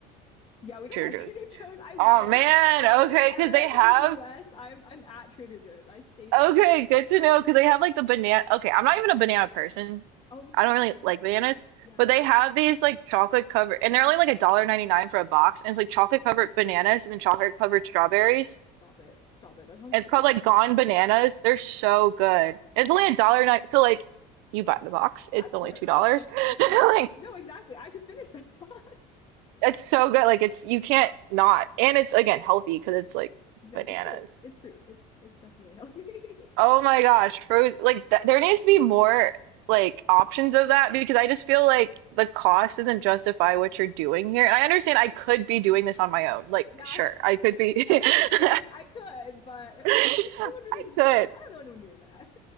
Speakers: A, on the left; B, on the right.
A: Yeah, we don't
B: Trader
A: have <laughs> Trader
B: Joe's.
A: Joe's. I wish.
B: Oh man,
A: Oh my gosh,
B: okay,
A: whenever
B: because they
A: I
B: have
A: come to the US, I'm I'm at Trader Joe's. I stay there.
B: okay, good to know because they have like the banana. Okay, I'm not even a banana person.
A: Oh, me neither.
B: I don't really
A: Yeah.
B: like bananas,
A: Yeah.
B: but they have these like chocolate covered, and they're only like a dollar ninety nine for a box, and it's like chocolate covered bananas and then chocolate
A: Oh,
B: covered strawberries.
A: stop it. Stop it. That sounds
B: And
A: so
B: it's called
A: good.
B: like Gone Bananas. They're so good.
A: Oh
B: It's
A: my
B: only
A: God.
B: a dollar nine, so like you buy the box, it's
A: That's
B: only
A: work.
B: two dollars.
A: That's that's
B: <laughs>
A: so work.
B: Like
A: No, exactly. I could finish that <laughs> box.
B: It's so good. Like it's you can't not. And it's again healthy because it's like
A: Exactly.
B: bananas.
A: It's fruit. It's fruit. It's it's definitely healthy. <laughs>
B: Oh my gosh, frozen. Like th there needs to be more like options of that because I just feel like the cost doesn't justify what you're doing here. And I understand I could be doing this on my own. Like
A: Yeah,
B: sure, I could be. <laughs>
A: I was about to say, like, I could, but uh, I- is
B: I
A: anyone really doing
B: could.
A: that? I don't know anyone doing that.